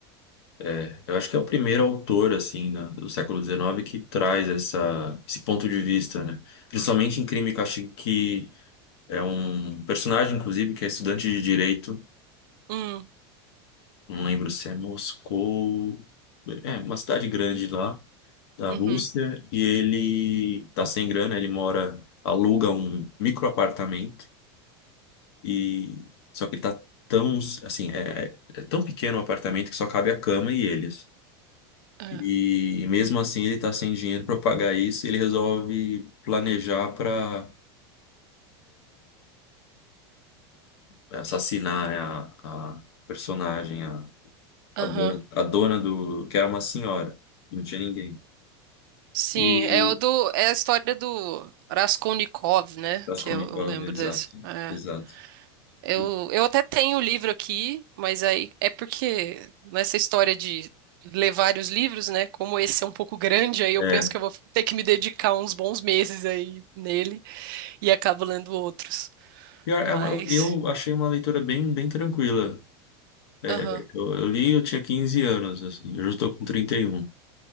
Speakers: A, on the left; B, on the right.
A: é. Eu acho que é o primeiro autor assim da- do século XIX que traz essa, esse ponto de vista, né? Principalmente em Crime e Castigo, que é um personagem, inclusive, que é estudante de direito
B: Hum,
A: Não lembro se é Moscou. É, uma cidade grande lá da
B: uhum,
A: Rússia. E ele tá sem grana, ele mora, aluga um microapartamento. E só que ele tá tão, assim, é, é tão pequeno o apartamento que só cabe a cama e eles.
B: é,
A: E mesmo assim ele tá sem dinheiro para pagar isso, e ele resolve planejar para assassinar, né, a, a personagem,
B: aham.
A: A dona, a dona do. que era uma senhora, não tinha ninguém.
B: Sim,
A: E.
B: é, o do, é a história do Raskolnikov, né?
A: Raskolnikov,
B: Que eu, eu lembro
A: exato,
B: desse. é.
A: exato.
B: Eu,
A: E-
B: eu até tenho o livro aqui, mas aí é porque nessa história de ler vários livros, né? Como esse é um pouco grande, aí eu
A: É.
B: penso que eu vou ter que me dedicar uns bons meses aí nele e acabo lendo outros.
A: Pior,
B: Mas,
A: é uma- eu achei uma leitura bem, bem tranquila. É,
B: aham.
A: eu, eu li, eu tinha 15 anos, assim, eu já estou com trinta e um